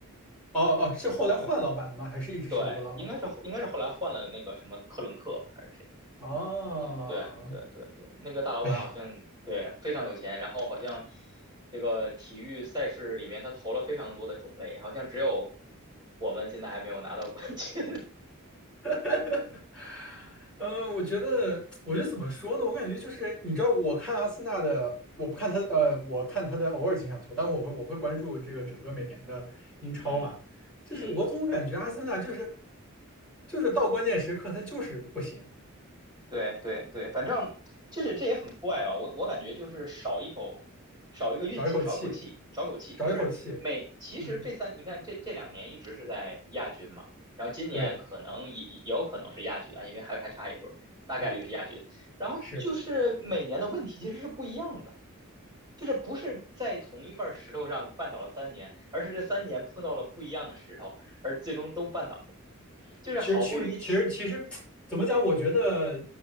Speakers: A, in the centre; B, on the right.
A: 哦哦，是后来换老板了吗？
B: 那个
A: 还是一直是一个老板？
B: 对，应该是应该是后来换了那个什么克伦克吧还是谁？
A: 哦，
B: 就对对对对，那个大老板好像对非常有钱，
A: 哎呀，
B: 然后好像这个体育赛事里面他投了非常多的种类，好像只有我们现在还没有拿到冠军。
A: <laughs> 嗯，我觉得，我觉得怎么说呢？我感觉就是，你知道，我看阿森纳的，我不看他，呃，我看他的偶尔几场球，但我会我会关注这个整个每年的英超嘛。
B: <laughs> 嗯
A: 就是我总感觉阿森纳就是
B: 嗯。
A: 就是到关键时刻他就是不行，
B: 对对对，反正就是这也很怪吧，我我感觉就是少一口，少一个运气，
A: 少一口气，
B: 少口气，少口气，
A: 少一口气。
B: 就是每其实这三你看这这两年一直是在亚军嘛，
A: 嗯，
B: 然后今年可能也也有可能是亚军啊，
A: 对，
B: 因为还还差一轮，大概率是亚军，
A: 嗯，
B: 然后就是每年的问题其实是不一样的。
A: 是。
B: 就是不是在同一块石头上绊倒了三年，而是这三年碰到了不一样的石头，而最终都绊倒了。就是好不容易起，
A: 其实去，其实其实怎么讲？我觉得，